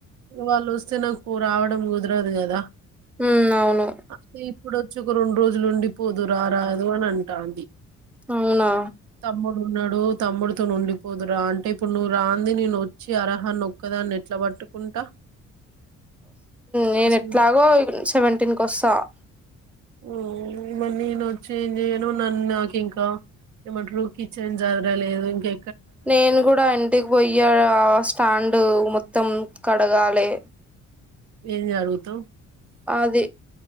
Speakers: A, on the right; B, in the centre.
A: వాళ్ళు వస్తే నాకు రావడం కుదరదు గాదా
B: ఉమ్ అవును
A: అయిే ఇప్పుడు వచ్చి ఒక రెండు రోజులు ఉండి పోదు రారదు అని అంట కాధ
B: అవునా
A: తమ్ము ఉన్నాడు తమ్ముడుతో ఉండిపోదురా అంటే ఇప్పుడు నువ్వు రాంది నేను వచ్చి అర్హ నొక్కదా అని ఎట్లా పట్టుకుంటా
B: నేను
A: అసలు
B: ఎట్లాగో సెవెంటీన్ క వస్తా కుత్త
A: ఆ మ నేను చేంజ్యను నన్న ఇంకా ఏమంటారు కిచెన్ జాదర లేదు ఇంకా
B: నేను కూడా ఇంటికి పోయా ఆ స్టాండ్ మొత్తం కడగాాలే
A: ఏం జరుత
B: అదే